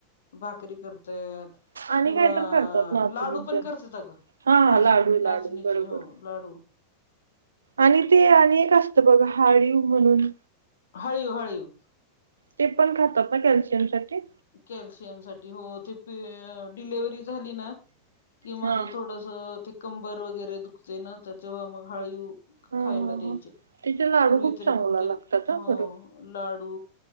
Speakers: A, on the left; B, on the right.
A: भाकरी करतय.
B: आणि
A: किंवा
B: काय तर करतात नाचणीच
A: लाडू पण करते अ गं.
B: हा
A: भाजून
B: हा लाडू लाडू
A: नाचणीचे
B: बरोबर
A: हो लाडू.
B: आणि ते आणि अनेक असतं बघ हाळीव म्हणून.
A: हळीव हळीव.
B: ते पण खातात ना कॅल्शियम साठी‌.
A: कॅल्शियम साठी हो ते डिलेव्हरी झाली ना की मग
B: हा हा
A: थोड ते कंबर वगैरे दुखते ना त्या तेव्हा मग हळीव
B: हा
A: खायला द्यायचे
B: हा त्याचे लाडू
A: पूर्वी तरी
B: चांगला
A: खूप. हा.
B: लागतात खरं
A: लाडू